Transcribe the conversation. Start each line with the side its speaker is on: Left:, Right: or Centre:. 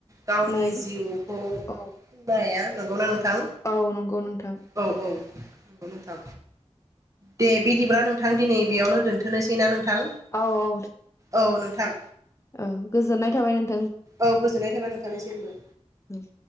Right: गावनि
Left: नै
Right: जिउखौ खुंनो
Left: औ
Right: हाया। नंगौना नोंथां
Left: औ नंगौ नोंथां।
Right: औ औ नंगौ नथां। दे बिदिब्ला नोंथां दिनै बेयावनो दोन्थ'नोसै ना नों थां?
Left: औ औ
Right: औ नोंथां।
Left: औ गोजोननाय थाबाय नों
Right: औ गोजोननाय थाबाय नोंथांनिसिमबो।
Left: उम।